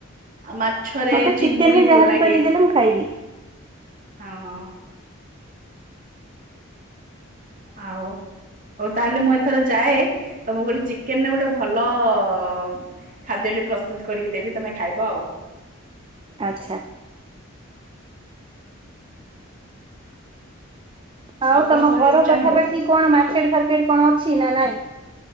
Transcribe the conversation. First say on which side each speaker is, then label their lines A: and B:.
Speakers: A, on the right (about 40°); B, on the right (about 25°).
A: ଆଉ ମାଛରେ
B: ମତେ
A: ଚିଙ୍ଗୁଡି
B: ଚିକେନରେ ଯାହାବି
A: ଭଲ ଲାଗେ।
B: କରିକି ଦେଲେ ମୁଁ ଖାଇବି
A: ହଁ ହଁ ଆଉ। ହଉ ତାହେଲେ ମୁଁ ଏଥର ଯାଏ ତମକୁ ଗୋଟେ ଚିକେନ ଗୋଟେ ଭଲ ଅ ଖାଦ୍ୟଟି ପ୍ରସ୍ତୁତ କରିକି ଦେବି ତମେ ଖାଇବ ଆଉ।
B: ଆଚ୍ଛା। ଆଉ
A: କଣ
B: ତମ
A: କହିବାକୁ
B: ଘର
A: ଚାହିଁବ
B: ପାଖାପାଖି କଣ ମାର୍କେଟ ଫାର୍କେଟ କଣ ଅଛି ନା ନାଇଁ?